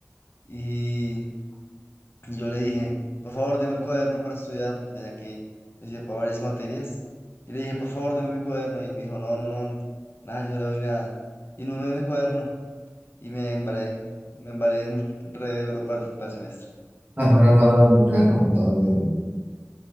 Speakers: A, on the left; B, on the right.
A: Y Y yo le dije, por favor, deme el cuaderno para estudiar porque tenía que decir para varias materias. Y le dije, por favor, deme mi cuaderno. Y él me dijo, no, no, no, nada, yo no le doy nada. Y no me dio mi cuaderno. Y me embalé, me embalé mucho, re duro para el, para el semestre.
B: Ah, menos mal no no era el computador ese día.